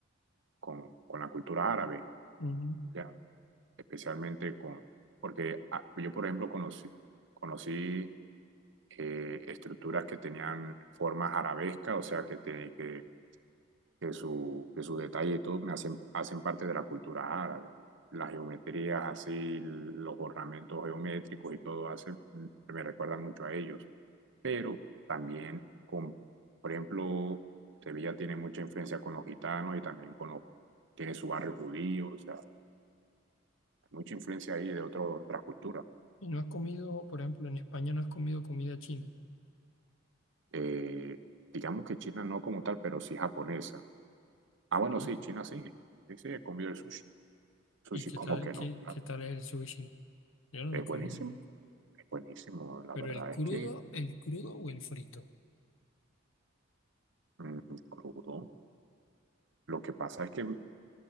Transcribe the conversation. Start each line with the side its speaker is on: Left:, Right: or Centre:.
Right: con, con la cultura árabe,
Left: Ujú.
Right: ¿ya? Especialmente con, porque ah, yo, por ejemplo, conocí, conocí eh, estructuras que tenían formas arabescas, o sea, que, te- que que su, que su detalle y todo me hacen, hacen parte de la cultura árabe. Las geometrías así, los ornamentos geométricos y todo hace, me recuerda mucho a ellos. Pero también, con, por ejemplo, Sevilla tiene mucha influencia con los gitanos y también con los, tiene su barrio judío, o sea, mucha influencia ahí de otro, otras culturas.
Left: Y no has comido, por ejemplo, en España no has comido comida china.
Right: Eh, digamos que China no como tal, pero sí japonesa. Ah, bueno,
Left: ¿Sí?
Right: sí, China sí, sí, sí, he comido el sushi. Sushi,
Left: ¿Y qué
Right: como
Left: tal,
Right: que
Left: qué,
Right: no, claro.
Left: qué tal es el sushi? Yo no
Right: Es
Left: lo he comido
Right: buenísimo.
Left: nunca.
Right: Buenísimo, la
Left: Pero
Right: verdad
Left: el crudo,
Right: es que
Left: el crudo o el frito.
Right: mm, crudo. Lo que pasa es que